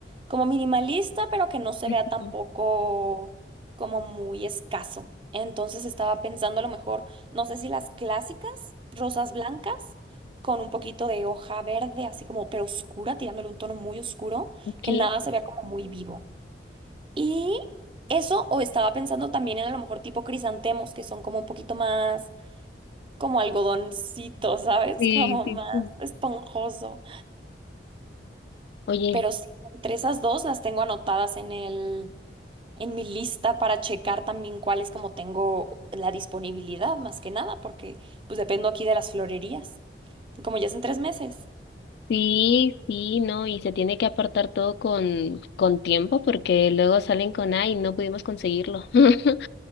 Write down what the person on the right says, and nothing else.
como minimalista, pero que no se
vea tampoco
como muy escaso. Entonces estaba pensando a lo mejor, no sé si las clásicas, rosas blancas, con un poquito de hoja verde, así como, pero oscura, tirándole un tono muy oscuro,
que nada se vea como muy vivo. Y eso, o estaba pensando también en a lo mejor tipo crisantemos, que son como un poquito más como algodoncito, ¿sabes?
Como
más
esponjoso.
Pero sí, entre esas dos las tengo anotadas en el, en mi lista para checar también cuáles como tengo la disponibilidad, más que nada, porque pues dependo aquí de las florerías. Y Como ya es en tres meses.